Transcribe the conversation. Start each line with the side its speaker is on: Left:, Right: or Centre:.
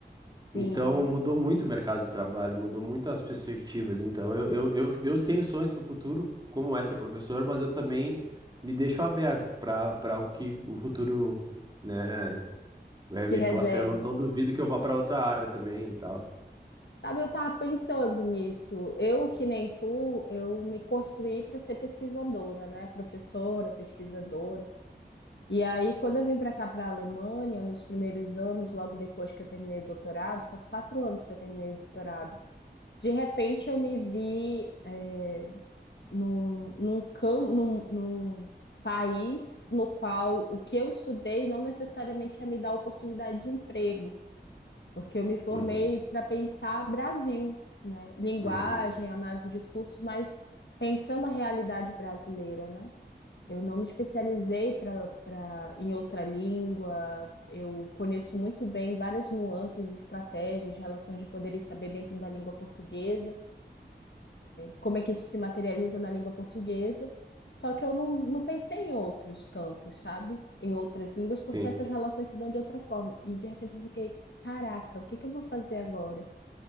Left: Sim,
Right: Então, mudou muito o mercado de trabalho, mudou muito as perspectivas. Então, eu, eu, eu, eu tenho sonhos para o futuro, como é ser professor, mas eu também me deixo aberto para para o que o futuro, né? É, me
Left: de reserva.
Right: possa, eu não, não duvido que eu vá para outra área também e tal.
Left: Sabe, eu tava pensando nisso. Eu, que nem tu, eu me construí para ser pesquisadora, né? Professora, pesquisadora. E aí, quando eu vim para cá, para a Alemanha, nos primeiros anos, logo depois que eu terminei o doutorado, faz quatro anos que eu terminei o doutorado, de repente eu me vi eh, num, num, cam num, num país no qual o que eu estudei não necessariamente ia me dar oportunidade de emprego porque eu me formei
Right: Uhum,
Left: para pensar Brasil, né? Linguagem,
Right: uhum,
Left: análise do discurso, mas pensando a realidade brasileira, né? Eu não me especializei para para em outra língua. Eu conheço muito bem várias nuances, estratégias, relações de poder e saber dentro da língua portuguesa como é que isso se materializa na língua portuguesa. Só que eu não, não pensei em outros campos, sabe? Em outras línguas, porque
Right: sim.
Left: essas relações se dão de outra forma. E de repente eu fiquei, caraca, o que que eu vou fazer agora?